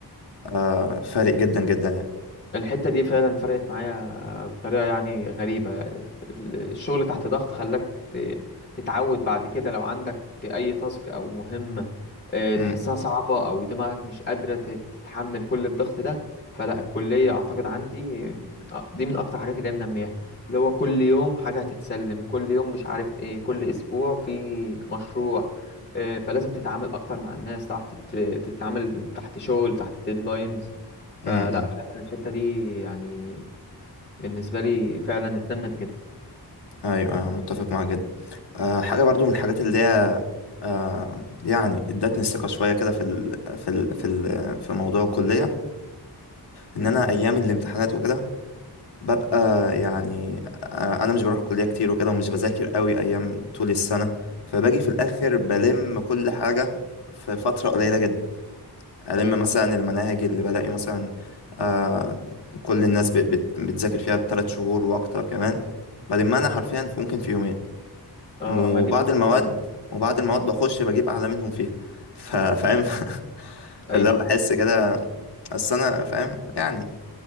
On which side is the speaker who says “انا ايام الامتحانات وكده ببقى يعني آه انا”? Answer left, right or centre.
Left